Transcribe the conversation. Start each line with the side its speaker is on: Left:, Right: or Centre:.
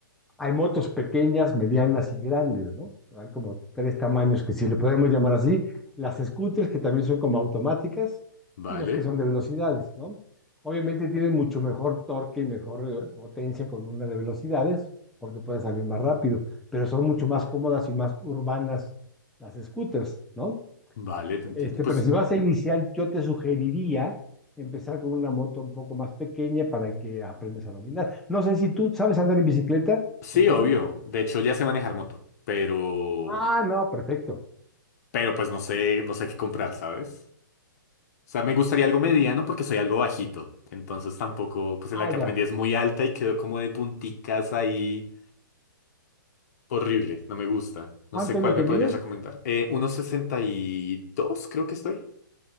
Centre: hay motos pequeñas, medianas y grandes, ¿no? Hay como tres tamaños que si le podemos llamar así. Las scooters, que también son como automáticas,
Left: vale,
Centre: y las que son de velocidades, ¿no? Obviamente tienen mucho mejor torque y mejor eh, potencia con una de velocidades, porque puede salir más rápido, pero son mucho más cómodas y más urbanas las scooters, ¿no?
Left: vale, te entiendo.
Centre: Este,
Left: Pues
Centre: pero si vas a iniciar, yo te sugeriría empezar con una moto un poco más pequeña para que aprendas a dominar. No sé si tú sabes andar en bicicleta,
Left: sí,
Centre: Santiago.
Left: obvio. De hecho ya sé manejar moto, pero...
Centre: Ah, no, perfecto.
Left: Pero pues no sé, no sé qué comprar, ¿sabes? O sea, me gustaría algo mediano
Centre: Eh,
Left: porque soy algo bajito. Entonces tampoco, pues en
Centre: Ah,
Left: la que
Centre: ya.
Left: aprendí es muy alta y quedó como de punticas ahí. Horrible, no me gusta. No
Centre: ¿Cuánto
Left: sé cuál
Centre: es lo
Left: me
Centre: que
Left: podrías
Centre: mides?
Left: recomendar. Eh, uno sesenta y dos creo que estoy.